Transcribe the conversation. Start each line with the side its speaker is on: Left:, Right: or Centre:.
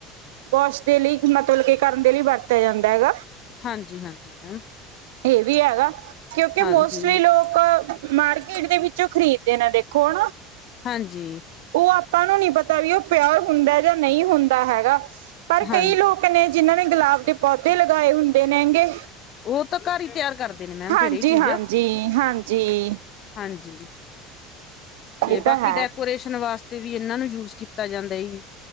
Right: ਵਾਸ਼ ਦੇ ਲਈ ਮੱਤਲਬ ਕਿ ਕਰਨ ਦੇ ਲਈ ਵਰਤਿਆਂ ਜਾਂਦਾਂ ਹੈਗਾ।
Left: ਹਾਂਜੀ ਹਾਂਜੀ ਮੈਮ।
Right: ਇਹ ਵੀ ਹੈਗਾ। ਕਿਉਂਕਿ
Left: ਹਾਂਜੀ
Right: ਮੋਸਟਲੀ ਲੋਕ। ਮਾਰਕੀਟ ਦੇ ਵਿੱਚੋਂ ਖ਼ਰੀਦਦੇ ਨੇਂ ਦੇਖੋਂ ਹਨਾ।
Left: ਹਾਂਜੀ।
Right: ਉਹ ਆਪਾਂ ਨੂੰ ਨਹੀਂ ਪਤਾ ਵਈ ਉਹ ਪਿਉਰ ਹੁੰਦਾ ਜਾ ਨਹੀ ਹੁੰਦਾ ਹੈਗਾ ਪਰ
Left: ਹਾਂ
Right: ਕਈ ਲੋਕ ਨੇ ਜਿਨ੍ਹਾਂ ਨੇ ਗੁਲਾਬ ਦੇ ਪੌਦੇ ਲਗਾਏ ਹੁੰਦੇ ਨੇ ਹੈਗੇ।
Left: ਉਹ ਤਾਂ ਘਰ ਹੀ ਤਿਆਰ ਕਰਦੇ ਨੇ ਮੈਮ
Right: ਹਾਂਜੀ-ਹਾਂਜੀ,
Left: ਫੇਰ ਇਹ ਚੀਜ਼
Right: ਹਾਂਜੀ। ਹਾਂਜੀ
Left: ਹਾਂਜੀ। ਤੇ
Right: ਇਹ ਤਾਂ
Left: ਬਾਕੀ,
Right: ਹੈ।
Left: ਡੈਕੋਰੇਸ਼ਨ ਵਾਸਤੇ ਵੀ ਇਹਨਾਂ ਨੂੰ ਯੂਸ ਕੀਤਾ ਜਾਂਦਾ ਇਹੀ